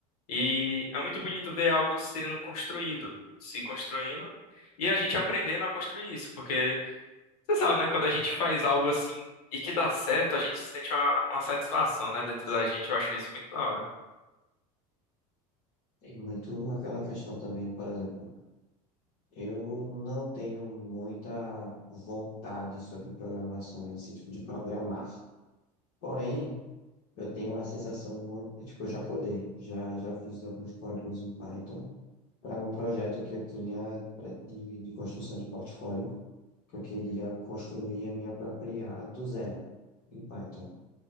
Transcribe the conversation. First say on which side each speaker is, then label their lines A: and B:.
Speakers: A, on the left (about 80°); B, on the left (about 65°).
A: E é muito bonito ver algo sendo construído, se construindo, e a gente aprendendo a construir isso, porque. Você sabe, né? Quando a gente faz algo assim e que dá certo, a gente sente uma, uma satisfação, né? Dentro
B: Sim.
A: da gente, eu acho isso muito da hora.
B: Tem muito aquela questão também, por exemplo, eu não tenho muita vontade sobre programação, esse tipo de programar. Porém, eu tenho uma sensação muito, tipo, eu já codei, já já fiz alguns códigos em Python. para um projeto que eu tinha pra- de, de construção de portfólio, que eu queria construir a minha própria IA do zero em Python.